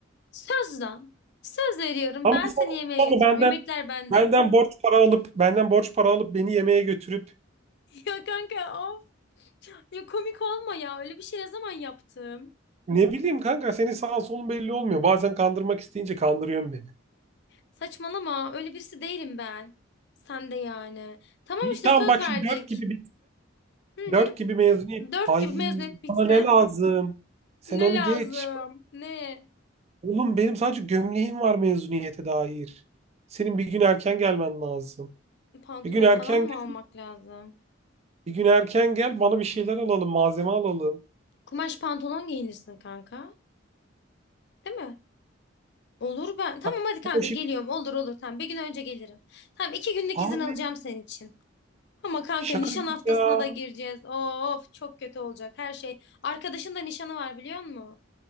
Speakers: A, on the left; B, on the right.
A: Söz lan. Söz veriyorum.
B: ama
A: Ben seni
B: sonra
A: yemeğe götürüyorum.
B: benden
A: Yemekler benden.
B: benden borç para alıp benden borç para alıp beni yemeğe götürüp
A: <laughs> Ya kanka of. Ya komik olma ya. Öyle bir şey ne zaman yaptım?
B: ne bileyim kanka senin sağın solun belli olmuyor. Bazen kandırmak isteyince kandırıyorsun beni.
A: Saçmalama. Öyle birisi değilim ben. Sen de yani. Tamam
B: İyi
A: işte
B: tamam
A: söz
B: bak
A: verdik.
B: şimdi dört gibi
A: Hı hı.
B: Dört gibi mezuniyet.
A: Dört
B: Ay
A: gibi mezuniyet bitse
B: bana ne lazım? Sen
A: Ne
B: onu
A: lazım?
B: geç.
A: Ne?
B: Oğlum benim sadece gömleğim var mezuniyete dair. Senin bir gün erken gelmen lazım.
A: Pantolon
B: Bir gün erken
A: falan mı
B: gel,
A: almak lazım?
B: bir gün erken gel bana bir şeyler alalım, malzeme alalım.
A: Kumaş pantolon giyinirsin kanka. Değil mi? Olur ben. Tamam
B: Ay,
A: hadi kanka
B: bu işi-
A: geliyorum. Olur olur tamam. Bir gün önce gelirim. Tamam iki günlük
B: Abi
A: izin alacağım senin için. Ama kanka
B: şaka
A: nişan
B: gibi
A: haftasına
B: ya.
A: da gireceğiz. Of çok kötü olacak her şey. Arkadaşın da nişanı var biliyor musun?